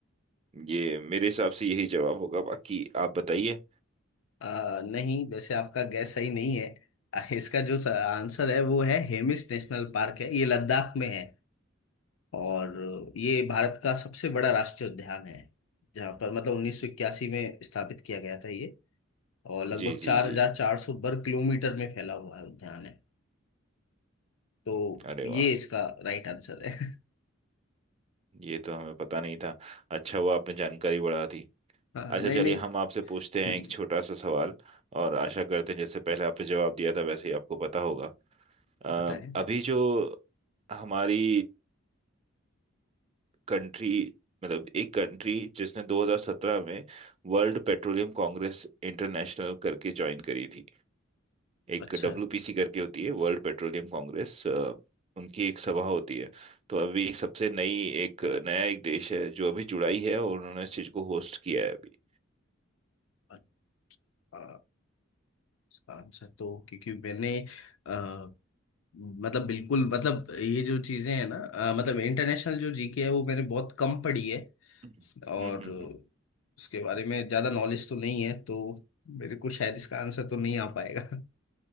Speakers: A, on the right; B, on the left.
A: ये मेरे हिसाब से यही जवाब होगा बाकी आप बताइए
B: अ, नहीं वैसे आपका गैस सही नहीं है अ, इसका जो स- आंसर है वो है हेमिस नेशनल पार्क है ये लद्दाख में है और ये भारत का सबसे बड़ा राष्ट्रीय उद्यान है जहाँ पर मतलब 1981 में स्थापित किया गया था ये और लगभग
A: जी
B: 4400
A: जी जी
B: वर्ग किलोमीटर में फैला हुआ है उद्यान है तो
A: अरे वाह
B: ये इसका राइट आंसर है <laughs>
A: ये तो हमें पता नहीं था अच्छा हुआ आपने जानकारी बढ़ा दी
B: हाँ,
A: अच्छा
B: नहीं
A: चलिए
B: नहीं
A: हम आपसे पूछते हैं
B: हम्म,
A: एक छोटा सा सवाल और आशा करते हैं जैसे पहले आपने जवाब दिया था वैसे ही आपको पता होगा अ,
B: बताएं
A: अभी जो हमारी कंट्री मतलब एक कंट्री जिसने 2017 में वर्ल्ड पेट्रोलियम कांग्रेस इंटरनेशनल करके ज्वाइन करी थी एक
B: अच्छा
A: डब्ल्यूपीसी करके होती है वर्ल्ड पेट्रोलियम कांग्रेस अ, उनकी एक सभा होती है तो अभी एक सबसे नई एक नया एक देश है जो अभी जुड़ा ही है और उन्होंने इस चीज को होस्ट किया है अभी
B: अ- अ, इसका आंसर तो क्योंकि मैंने अ, मतलब बिल्कुल मतलब ये जो चीजें हैं ना अ, मतलब इंटरनेशनल जो जीके है वो मैंने बहुत कम पढ़ी है
A: हम्म
B: और
A: हम्म हम्म
B: उसके बारे में ज्यादा नॉलेज तो नहीं है तो मेरे को शायद इसका आंसर तो नहीं आ पाएगा <laughs>